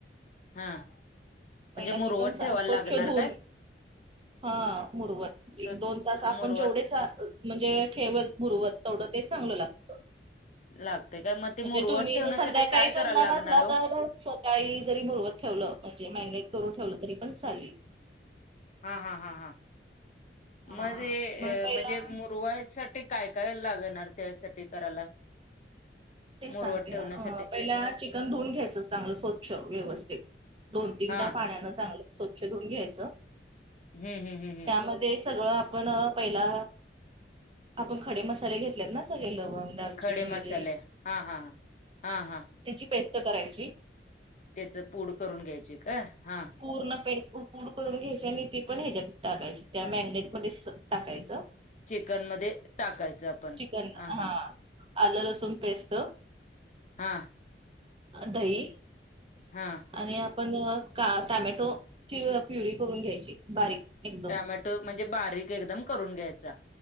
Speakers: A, on the left; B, on the right.
A: हा म्हणजे
B: पहिला
A: मुरवट
B: चिकन सा-
A: ठेवायला
B: स्वच्छ
A: लागणार
B: धुवून
A: काय?
B: हा मुर्वर
A: स्वच्छ
B: एक दोन तास आपण
A: मुरवट
B: जेवढे म्हणजे ठेवल मुरवत तेवढं ते चांगलं लागतं.
A: लागते काय मग ते
B: म्हणजे
A: मुरवट
B: तुम्ही
A: ठेवण्यासाठी
B: जर संध्याकाळी
A: काय
B: करणार
A: करायला लागणार
B: असला
A: हो
B: तर स काळी जरी मुरवत ठेवलं म्हणजे मॅग्नेट करून ठेवलं तरी पण चालेल.
A: हा हा हा हा.
B: हा
A: मध्ये अ
B: मग पहिला
A: म्हणजे मुरवाय साटी काय काय लागणार त्यासाठी करायला?
B: तेच
A: मुरवट
B: सांगते
A: ठेवण्यासाठी
B: अ पहिला चिकन धुवून घ्यायचं चांगलं स्वच्छ व्यवस्थित दोन तीनदा
A: हा
B: पाण्यान चांगलं स्वच्छ धुऊन घ्यायचं.
A: हम्म हम्म हम्म हम्म
B: त्यामध्ये सगळं पण पहिला आपण खडे मसाले घेतल्यात ना सगळे लवंग दालचिन
A: खडे
B: मिरे
A: मसाले हा हा हा हा हा.
B: त्याची पेस्ट करायची.
A: त्याच पूड करून घ्यायची का? हा.
B: पूर्ण पेडक पूड करून घ्यायची आणि ती पण ह्याच्यात टाकायची त्या मॅगनेटमध्येस टाकायचं.
A: चिकन मध्ये टाकायचं. आपण
B: चिकन
A: हा
B: हां
A: हा
B: आलं लसूण पेस्त
A: हां.
B: आ धई
A: हां.
B: आणि आपण का टॉमॅटो ची प्युरी करून घ्यायची बारीक एक
A: टमॅटो म्हणजे बारीक एकदम करून घ्यायचा.